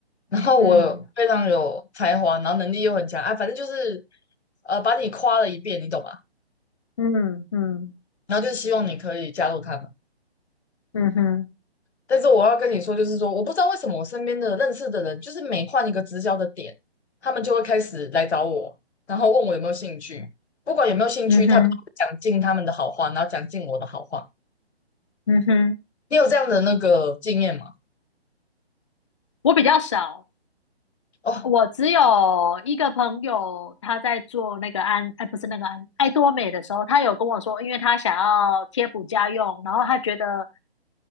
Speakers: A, on the left; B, on the left.
A: 然后我非常有才华，
B: 嗯
A: 然后能力又很强啊，反正就是呃把你夸了一遍，你懂吧？
B: 嗯嗯
A: 然后就希望你可以加入他们。
B: 嗯哼
A: 但是我要跟你说，就是说我不知道为什么我身边的认识的人，就是每换一个直销的点，他们就会开始来找我，然后问我有没有兴趣。不管有没有兴趣，
B: 嗯哼
A: 他们都会讲尽他们的好话，然后讲尽我的好话。
B: 嗯哼，
A: 你有这样的那个经验吗？
B: 我比较少，
A: 哦，
B: 我只有一个朋友，他在做那个安，哎，不是那个安，爱多美的时候，他有跟我说，因为他想要贴补家用，然后他觉得